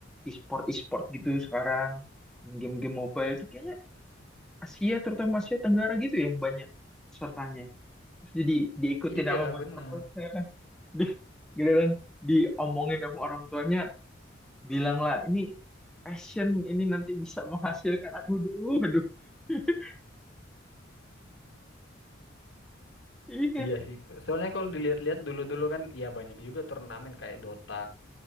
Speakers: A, in the centre; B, on the left (about 75°).
A: e-sport e-sport gitu sekarang game-game mobile itu kayaknya Asia terutama Asia Tenggara gitu ya yang banyak pesertanya. Terus jadi diikutin
B: Iya,
A: sama bocah
B: benar.
A: <laughs> di gitu kan diomongin sama orang tuanya, bilanglah ini passion ini nanti bisa menghasilkan aduh aduh aduh. <laughs> Iya.
B: Iya sih. Soalnya kalau dilihat-lihat dulu-dulu kan ya banyak juga turnamen kayak Dota